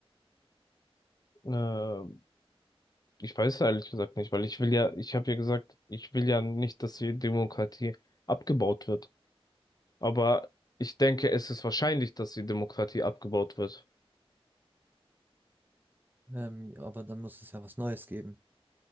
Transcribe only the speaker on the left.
Äh, ich weiß ehrlich gesagt nicht, weil ich will ja, ich habe ja gesagt, ich will ja nicht, dass die Demokratie abgebaut wird. Aber ich denke, es ist wahrscheinlich, dass die Demokratie abgebaut wird.